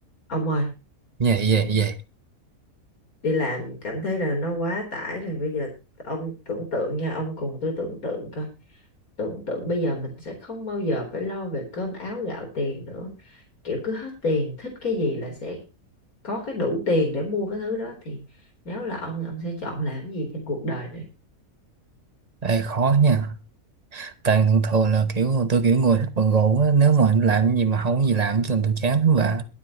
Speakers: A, on the left (about 80°); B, on the right (about 30°).
A: Ông ơi,
B: Vậy vậy vậy
A: đi làm cảm thấy là nó quá tải rồi. Bây giờ ông tưởng tượng nha, ông cùng tôi tưởng tượng coi. Tưởng tượng bây giờ mình sẽ không bao giờ phải lo về cơm áo gạo tiền nữa. Kiểu cứ hết tiền, thích cái gì là sẽ có cái đủ tiền để mua cái thứ đó. Thì nếu là ông, ông sẽ chọn làm cái gì trên cuộc đời này?
B: Ê, khó nha Tại thường thường là kiểu tôi kiểu người thích bận rộn á Nếu mà anh làm cái gì mà không có gì làm chứ tôi chán lắm bà